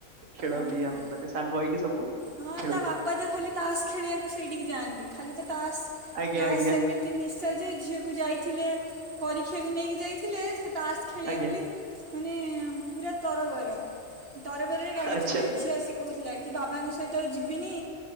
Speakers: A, on the right; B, on the right.
A: ଖେଳନ୍ତି
B: ଓହୋ।
A: ଆମେ ମାନେ ସାଙ୍ଗ ହେଇକି ସବୁ
B: ହଁ
A: ଖେଳୁ
B: ତା ବାପା ତ ଖାଲି ତାସ ଖେଳିବାକୁ ସେଇଠିକି ଯାଆନ୍ତି ଖାଲି ତ ତାସ
A: ଆଜ୍ଞା
B: ତାସ୍
A: ଆଜ୍ଞା
B: ସେମିତି ତି ନିଶା ଯେ ଝିଅକୁ ଯାଇଥିଲେ ପରୀକ୍ଷାକୁ ନେଇକି ଯାଇଥିଲେ ସେ ତାସ୍ ଖେଳିବେ
A: ଆଜ୍ଞା
B: ବୋଲି ମାନେ ପୁରା ତରବର ତରବରରେ ଗାଡି
A: ଆଚ୍ଛା
B: ଚଲେଇ ଝିଅ ଆସି କହୁଥିଲା କି ବାବାଙ୍କ ସହିତ ଆଉ ଯିବିନି